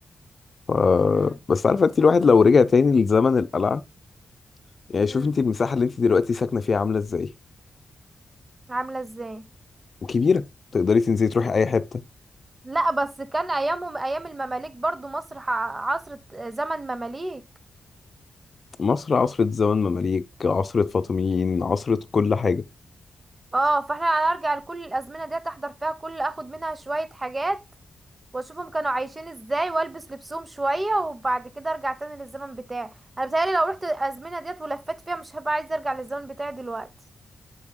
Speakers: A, on the left; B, on the right.
A: ف...
B: امم
A: بس عارفة أنت الواحد لو رجع تاني لزمن القلعة يعني شوف
B: امم
A: أنت المساحة اللي أنت دلوقتي ساكنة فيها عاملة إزاي
B: عاملة ازاي
A: وكبيرة تقدري تنزلي تروحي أي حتة
B: لا بس كان ايامهم ايام المماليك برضه مصر ح- عصر زمن مماليك
A: مصر عصرة زمن مماليك عصرة فاطميين عصرة كل حاجة
B: اه فاحنا هنرجع لكل الازمنة دي احضر فيها كل اخد منها شوية حاجات واشوفهم كانوا عايشين ازاي والبس لبسهم شوية وبعد كده ارجع تاني للزمن بتاعي انا بتهيألي لو رحت الازمنة ديت ولفت فيها مش هبقى عايزة ارجع للزمن بتاعي دلوقتي